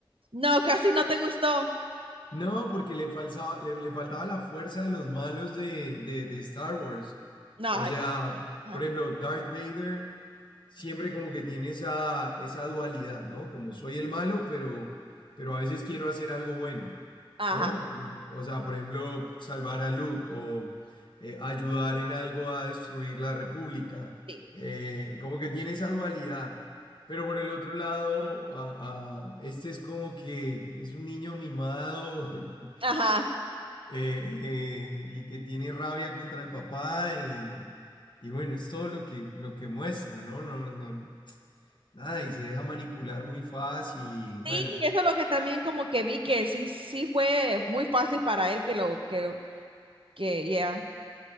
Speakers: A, on the right; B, on the left.
A: no, casi no te gustó.
B: No, porque le falsaba- le, le faltaba la fuerza de los malos de, de, de Star Wars.
A: No,
B: O
A: ay,
B: sea,
A: ajá,
B: por ejemplo, Darth Vader siempre como que tiene esa, esa dualidad, ¿no? Como soy el malo, pero, pero a veces quiero hacer algo bueno,
A: ajá,
B: ¿no? O sea, por ejemplo, salvar a Luke o eh, ayudar en algo a destruir la República.
A: sí,
B: Eh, como que tiene esa dualidad. Pero por el otro lado, a- a- este es como que es un niño mimado <laughs>
A: ajá.
B: eh, eh, y que tiene rabia contra el papá y, y bueno, es todo lo que, lo que muestra, ¿no? No, no, nada, y se deja manipular muy fácil y bueno,
A: Sí, eso es lo que también como que vi que sí, sí fue muy fácil para él que lo, que, lo- que, ya.